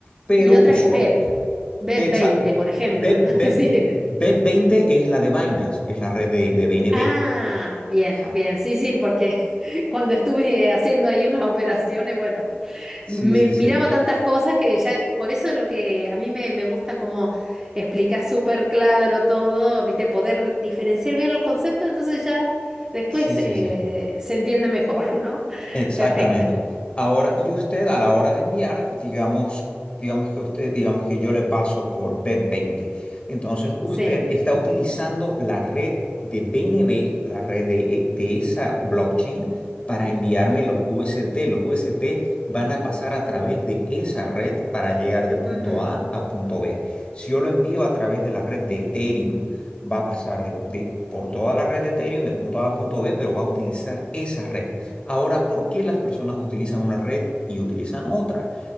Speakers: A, on the left; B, on the right.
A: Pero
B: Y otra
A: usual,
B: es BEP, BEP
A: exacto,
B: veinte, por ejemplo.
A: B,
B: <laughs> Sí.
A: B, 20 es la de Binance, es la red de, de BNB.
B: Ah, bien,
A: Ajá.
B: bien, sí, sí, porque <laughs> cuando estuve haciendo ahí unas operaciones, bueno,
A: Sí,
B: me
A: sí, sí.
B: miraba tantas cosas que ya, por eso es lo que a mí me, me gusta como explicás súper claro todo, viste, poder diferenciar bien los conceptos, entonces ya después
A: Sí, sí,
B: eh,
A: sí.
B: se entiende mejor, <laughs> ¿no?
A: Exactamente.
B: Perfecto,
A: Ahora, y usted a la hora de enviar, digamos, digamos que usted, digamos que yo le paso por B veinte. Entonces, usted
B: sí.
A: está utilizando la red de BNB, la red de, de esa blockchain, para enviarme los USDT. Los USDT van a pasar a través de esa red para llegar de punto
B: Ujú,
A: A a punto B. Si yo lo envío a través de la red de Ethereum, va a pasar de, de- por toda la red de Ethereum de punto A a punto B, pero va a utilizar esa red. Ahora, ¿por qué las personas utilizan una red y utilizan otra?